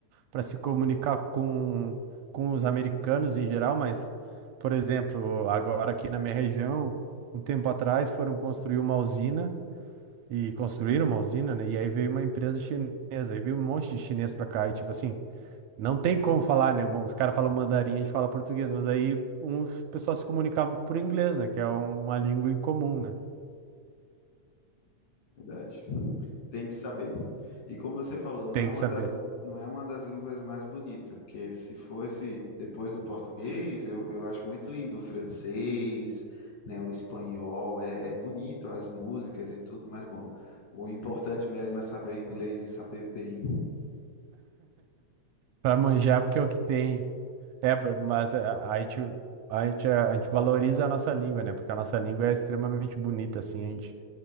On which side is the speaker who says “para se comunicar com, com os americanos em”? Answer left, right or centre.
Right